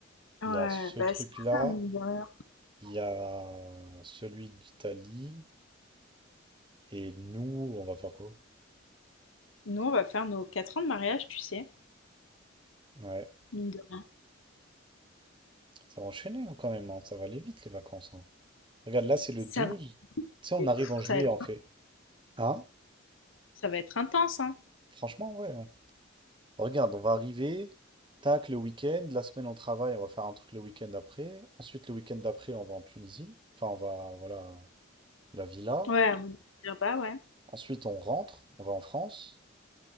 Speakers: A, on the left; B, on the right.
A: Ouais,
B: Il y a ce
A: bah
B: truc-là,
A: c'est ça, mine de rien.
B: il y a celui d'Italie, et nous, on va faire quoi?
A: Nous, on va faire nos 4 ans de mariage, tu sais,
B: Ouais,
A: mine de rien.
B: ça va enchaîner hein, quand même, hein. Ça va aller vite, les vacances. hein. Regarde, là, c'est le
A: Ça
B: douze
A: va
B: Tu sais, on
A: être,
B: arrive en juillet,
A: ça va être,
B: en fait. Hein?
A: ça va être intense, hein.
B: Franchement, ouais. Regarde, on va arriver, tac, le week-end, la semaine on travaille, on va faire un truc le week-end après. Ensuite, le week-end d'après, on va en Tunisie. Enfin, on va, voilà, la villa.
A: Ouais, on va dire, bah ouais.
B: Ensuite, on rentre, on va en France.